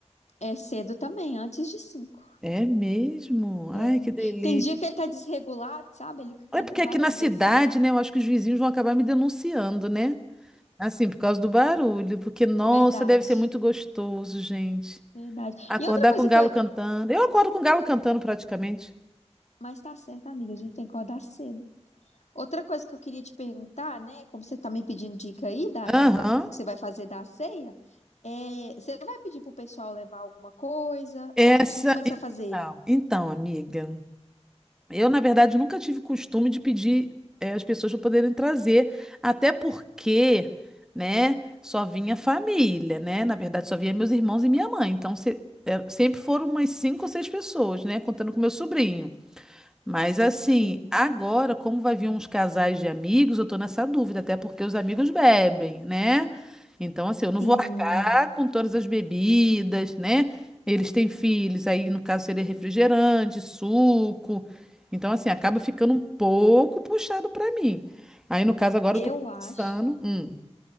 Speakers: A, on the left; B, in the centre.
A: é cedo também, antes de cinco.
B: É mesmo? Ai,
A: É.
B: que delícia.
A: Tem dia que ele tá desregulado, sabe? Ele canta
B: É porque
A: várias
B: aqui na cidade,
A: vezes.
B: né, eu acho que os vizinhos vão acabar me denunciando, né? Assim, por causa do barulho, porque, nossa,
A: É verdade,
B: deve ser muito gostoso, gente.
A: verdade.
B: Acordar
A: E outra coisa
B: com o galo
A: que eu.
B: cantando. Eu acordo com o galo cantando praticamente.
A: Mas tá certo, amiga, a gente tem que acordar cedo. Outra coisa que eu queria te perguntar, né? Como você tá me pedindo dica aí da, da,
B: Aham.
A: da- que você vai fazer da ceia, é, você vai pedir pro pessoal levar alguma coisa?
B: Essa.
A: Ou como é que você vai fazer?
B: Então, então, amiga, eu, na verdade, nunca tive costume de pedir eh, as pessoas para poderem trazer, até porque, né, só vinha família, né? Na verdade, só vinha meus irmãos e minha mãe. Então, se- eh, sempre foram umas cinco ou seis pessoas, né? Contando com meu sobrinho. Mas assim,
A: Sim.
B: agora, como vai vir uns casais de amigos, eu tô nessa dúvida, até porque os amigos bebem, né? Então, assim, eu não
A: Sim.
B: vou arcar com todas as bebidas, né? Eles têm filhos, aí no caso seria refrigerante, suco. Então, assim, acaba ficando um pouco puxado pra mim. Aí, no caso, agora
A: Eu
B: eu tô pensando.
A: acho,
B: hum,